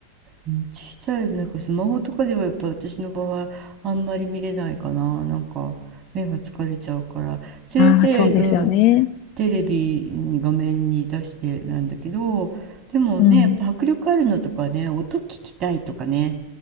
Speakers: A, on the right; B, on the left.
A: うん、小さいなんかスマホとかではやっぱ私の場合あんまり見れないかな。なんか目が疲れちゃうから、せいぜい、
B: ああ、そうですよね。
A: うん、テレビに画面に出してなんだけど、でもね、
B: うん。
A: やっぱ迫力あるのとかね、音聞きたいとかね、